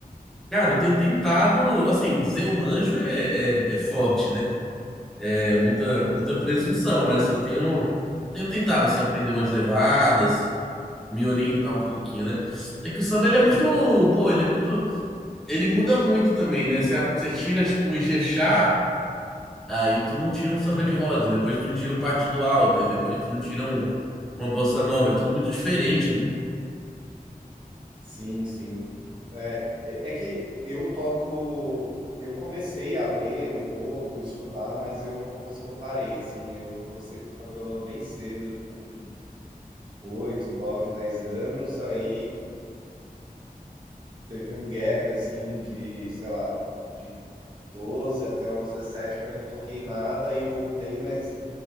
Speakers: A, in the centre; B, on the right (about 35°).
A: Cara, eu tenho tentado, assim, dizer eu manjo é, é, é forte, né? É
B: Aham,
A: muita, muita presunção, mas assim, eu tenho, tenho tentado, assim, aprender umas levadas, me orientar um pouquinho, né? É que o samba, ele é muito, pô, ele é muito, ele muda muito também, né? Você, você tira, tipo, o Ijexá, Aí tu não tira um samba
B: aham.
A: de roda, depois tu não tira um partido alto, e depois tu não tira um, uma bossa nova. É tudo muito diferente, né?
B: Sim, sim. É, é é que eu toco. Eu comecei a ler um pouco, estudar, mas eu confesso que eu parei, assim. Eu comecei a tocar violão bem cedo, com 8 9 10 anos. Aí teve um gap assim de, sei lá, de 12 até uns 17 que eu não toquei nada e voltei, mas